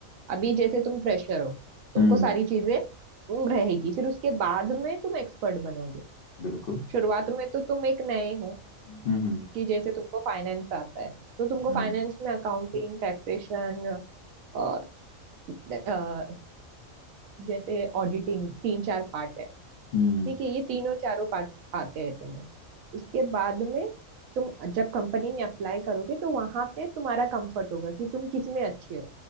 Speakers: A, on the right; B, on the left.
A: अभी जैसे तुम फ्रेशर हो तुमको
B: हम्म
A: सारी चीजें तुम रहेगी फिर उसके बाद में तुम एक्सपर्ट बनोगे
B: बिल्कुल
A: शुरुआत में तो तुम एक नए हो
B: हम्म हम्म
A: कि जैसे तुमको फाइनेंस आता है तो तुमको
B: हम्म
A: फाइनेंस में अकाउंटिंग टैक्सेशन और अ, अ, जैसे ऑडिटिंग तीन चार पार्ट है
B: हम्म
A: ठीक है ये तीनों चारों पार्ट आते हैं तुम्हें उसके बाद में तुम जब कंपनी में अप्लाई करोगे तो वहां पे तुम्हारा कंफर्ट होगा कि तुम किस में अच्छे हो